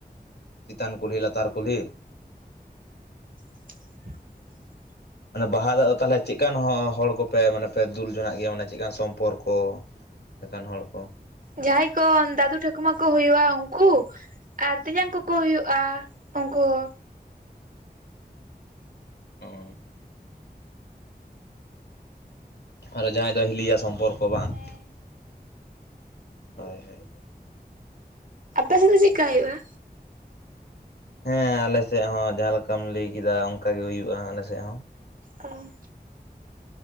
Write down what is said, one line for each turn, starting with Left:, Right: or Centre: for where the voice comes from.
Left: ᱪᱮᱛᱟᱱ ᱠᱩᱞᱦᱤ ᱞᱟᱛᱟᱨ ᱠᱩᱞᱦᱤ᱾
Right: <inaudible>
Left: ᱟᱫᱚ ᱵᱟᱦᱟ ᱫᱟᱜ ᱫᱚ ᱛᱟᱦᱞᱮ ᱪᱮᱜᱠᱟᱱ ᱦᱚᱲ ᱠᱚᱯᱮ ᱢᱟᱱᱮ ᱯᱮ ᱫᱩᱞ ᱡᱚᱱᱟᱜ ᱜᱮᱭᱟ ᱢᱟᱱᱮ ᱪᱮᱜ ᱠᱟᱱ ᱥᱚᱢᱯᱚᱨᱠᱚ? ᱞᱮᱠᱟᱱ ᱦᱚᱲ ᱠᱚ
Right: ᱡᱟᱦᱟᱸᱟᱭ ᱠᱚ ᱫᱟᱫᱩ ᱴᱷᱟᱠᱩᱢᱟ ᱠᱚ ᱦᱩᱭᱩ-ᱟ ᱩᱱᱠᱩ, ᱟᱨ ᱛᱮᱧᱟᱝ ᱠᱚᱠᱚ ᱦᱩᱭᱩᱜ-ᱟ ᱩᱱᱠᱩ ᱦᱚ
Left: ᱚ ᱟᱨ ᱡᱟᱦᱟᱸᱭ ᱫᱚ ᱦᱤᱞᱤᱭᱟ ᱥᱚᱢᱯᱚᱨᱠᱚ ᱵᱟᱝ?
Right: ᱦᱮᱸ
Left: ᱦᱳᱭ ᱦᱳᱭ
Right: ᱟᱯᱮ ᱥᱮᱜ ᱫᱚ ᱪᱮᱜᱠᱟ ᱦᱩᱭᱩᱜ-ᱟ?
Left: ᱦᱮᱸ ᱟᱞᱮᱥᱮ ᱦᱚᱸ ᱡᱟᱦᱟᱸ ᱞᱮᱠᱟᱢ ᱞᱟᱹᱭ ᱠᱮᱫᱟ ᱚᱝᱠᱟ ᱜᱮ ᱦᱩᱭᱩᱜ ᱟᱞᱮᱥᱮᱜ ᱦᱚᱸ᱾
Right: ᱚ